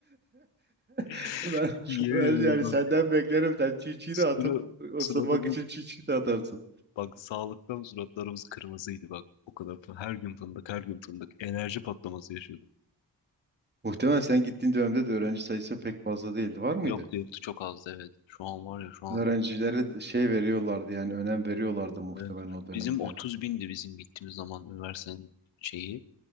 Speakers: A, on the left; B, on the right.
A: <laughs>
B: <laughs> ben,
A: Yemin
B: ben
A: ederim
B: yani
A: bak.
B: senden beklerim. Sen çiğ çiğ
A: Sıra,
B: de atıp
A: sırada
B: ısınmak
A: bir
B: için çiğ çiğ de atarsın.
A: bak sağlıktan suratlarımız kırmızıydı bak. O kadar fı- her gün fındık her gün fındık. Enerji patlaması yaşıyorduk.
B: Muhtemelen sen gittiğin dönemde de öğrenci sayısı pek fazla değildi. Var mıydı?
A: Yoktu yoktu çok azdı evet. Şu an var ya şu an
B: Öğrencilere şey veriyorlardı yani önem veriyorlardı muhtemelen
A: Evet.
B: o dönemde.
A: Bizim 30 bindi bizim gittiğimiz zaman üniversitenin şeyi.